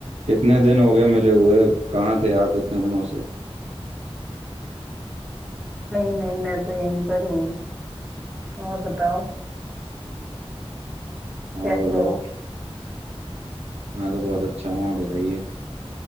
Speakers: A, on the right; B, in the centre.
A: कितने दिन हो गए मिले हुए कहाँ थे आप इतने दिनों से
B: नहीं नहीं मैं तो यहीं पर हूँ और बताओ
A: और
B: कैसे
A: बताओ
B: हो
A: मैं तो बहुत अच्छा हूँ आप बताइए